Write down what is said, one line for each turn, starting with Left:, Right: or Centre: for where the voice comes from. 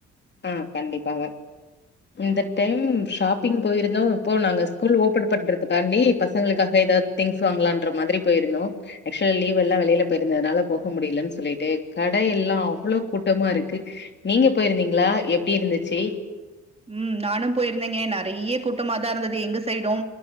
Left: ம் கண்டிப்பாங்க இந்த டைம் ஷாப்பிங் போயிருந்தோ இப்போ நாங்க ஸ்கூல் ஓப்பன் பண்றதுக்காண்டி பசங்களுக்காக எதாவது திங்ஸ் வாங்கலான்ற மாதிரி போயிருந்தோ ஆக்சுவல லீவ் எல்லா வெளியில போயிருந்ததுனால போக முடியலன்னு சொல்லிட்டு கட எல்லா அவ்ளோ கூட்டமா இருக்கு நீங்க போயிருந்தீங்களா எப்டி இருந்துச்சு
Right: ம் நானு போயிருந்தேங்க நிறைய கூட்டமாதா இருந்தது எங்க சைடும்